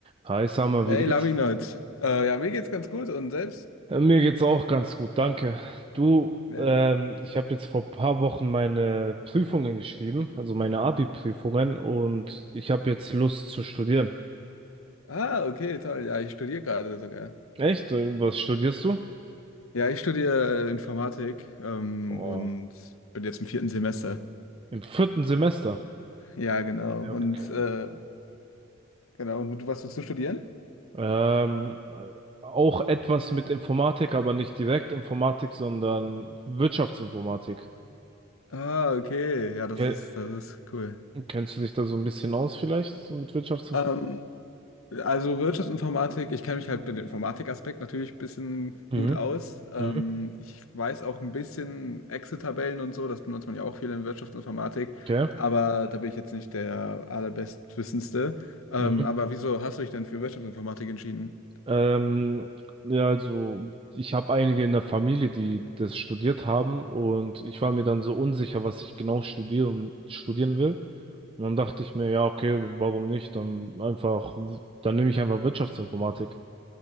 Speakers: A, on the right (about 25°); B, on the left (about 80°).
A: Hi Summer,
B: Hey,
A: wie geht's?
B: Labinot. Äh, ja, mir geht's ganz gut und selbst?
A: Äh, Mir geht's auch ganz gut, danke. Du,
B: Ja.
A: ähm, ich habe jetzt vor paar Wochen meine Prüfungen geschrieben, also meine Abi-Prüfungen, und ich habe jetzt Lust zu studieren.
B: Ah, okay, toll. Ja, ich studiere gerade sogar.
A: Echt? Äh, Was studierst du?
B: Ja, ich studiere Informatik ähm,
A: Oh,
B: und bin jetzt im vierten Semester.
A: im vierten Semester.
B: Ja, genau.
A: Ja,
B: Und
A: okay.
B: äh, genau. Und du, was willst du studieren?
A: Ähm, äh, auch etwas mit Informatik, aber nicht direkt Informatik, sondern Wirtschaftsinformatik.
B: Ah, okay. Ja, das
A: Ke-
B: ist, das ist cool.
A: Kennst du dich da so ein bisschen aus vielleicht, so mit Wirtschaftsinformatik?
B: Ähm, Also Wirtschaftsinformatik, ich kenne mich halt mit dem Informatikaspekt natürlich ein bisschen
A: Mhm.
B: gut aus. Ähm,
A: Mhm.
B: ich weiß auch ein bisschen Excel-Tabellen und so, das benutzt man ja auch viel in Wirtschaftsinformatik,
A: Okay.
B: aber da bin ich jetzt nicht der allerbestwissendste. Ähm,
A: Mhm.
B: aber wieso hast du dich denn für Wirtschaftsinformatik entschieden?
A: Ähm, ja, also ich habe einige in der Familie, die das studiert haben und ich war mir dann so unsicher, was ich genau studieren, studieren will. Und dann dachte ich mir, ja, okay, warum nicht? Dann einfach, dann nehme ich einfach Wirtschaftsinformatik.